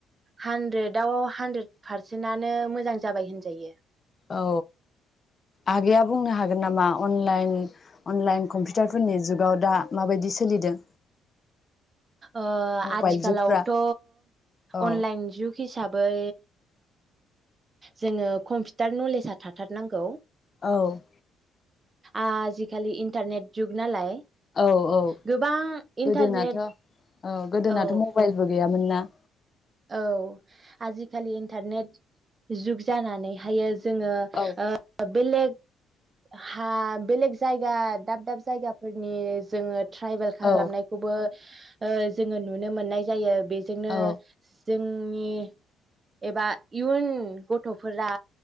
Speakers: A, on the right (about 30°); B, on the left (about 35°).
A: हानद्रेदाव हानद्रेद पारसेनानो मोजां जाबाय होनजायो।
B: औ आगैया बुंनो हागोन नामा अनलाइन अनलाइन कम्पिउटारफोरनि जुगाव दा माबायदि सोलिदों?
A: ओ
B: मबाइल
A: आथिखालावथ'
B: जुगफ्रा औ
A: अनलाइन जुग हिसाबै जोङो कम्पिटार नलेस आ थाथारनांगौ।
B: औ
A: आजिखालि इन्टारनेट जुग नालाय
B: औ औ
A: गोबां
B: गोदोनाथ'
A: इन्टारनेट
B: औ गोदोनाथ'
A: औ
B: मबाइलबो गैया मोनना
A: औ आजिखालि इन्टारनेट जुग जानानैहायो जोङो
B: औ
A: ओ बेलेग हा बेलेग जायगा दाब दाब जायगाफोरनि जोङो ट्राइभेल खालामनायखौबो
B: औ
A: ओ जोङो नुनो मोननाय जायो। बेजोंनो
B: औ
A: जोंनि एबा इयुन गथ'फोरा